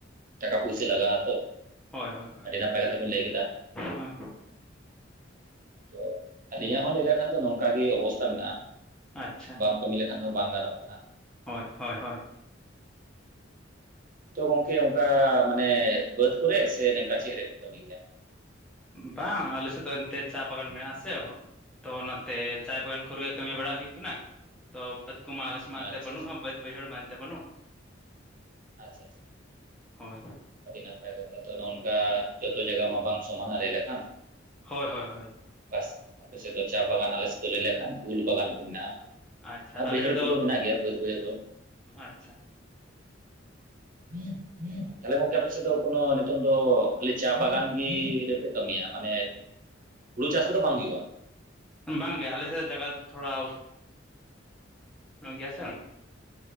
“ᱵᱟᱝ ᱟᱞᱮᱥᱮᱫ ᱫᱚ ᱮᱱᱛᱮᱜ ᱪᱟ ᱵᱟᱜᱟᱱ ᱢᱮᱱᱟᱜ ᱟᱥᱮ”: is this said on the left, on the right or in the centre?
Centre